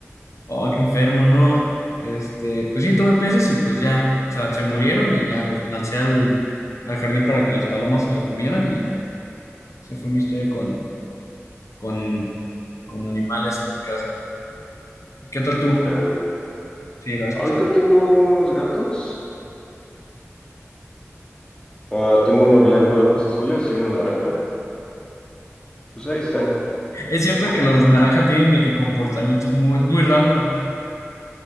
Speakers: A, on the left; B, on the left.
A: Oh, qué enfermo, ¿no? Este, pues sí, tuve peces y pues ya, o sea, se murieron y ya los lancé al, al jardín para que las palomas se la comieran y ya. Esa fue mi historia con, con, con animales en mi casa. ¿Qué tal tú?
B: F.
A: Sí, la verdad es que
B: Ahorita
A: sí.
B: tengo unos gatos. Ah, tengo uno blanco de ojos azules y uno naranja. Pues ahí están.
A: Es cierto que los naranjas tienen de que comportamientos muy, muy random.